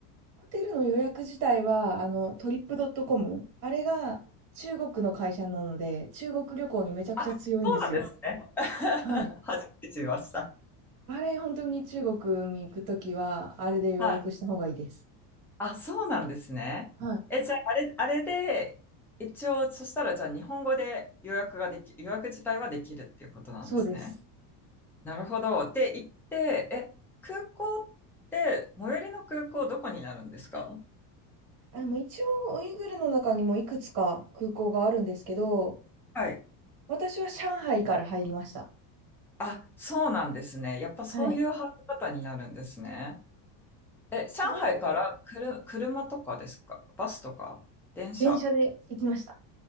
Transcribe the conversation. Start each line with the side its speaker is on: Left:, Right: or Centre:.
Right: ホテルの予約自体はあのトリップドットコム、あれが中国の会社なので中国旅行にめちゃくちゃ強いんですよ。
Centre: あ、そうなんですね。<laughs>
Right: はい。
Centre: 初めて知りました。
Right: あれ本当に中国に行くときはあれで予約した方がいいです。
Centre: はい。あ、そうなんですね。
Right: はい、
Centre: え、じゃあ、あれ、あれで、一応、そしたら、じゃあ、日本語で予約ができ、予約自体はできるっていうことなんですね。
Right: そうです。
Centre: なるほど。って言って、え、空港って、最寄りの空港どこになるんですか
Right: あ、でも一応、ウイグルの中にもいくつか空港があるんですけど、
Centre: はい。
Right: 私は上海から入りました。
Centre: あ、そうなんですね。やっぱそういう入り方になるんですね。
Right: はい。
Centre: え、上海からくる車とかですかバスとか電車
Right: 全、電車で行きました。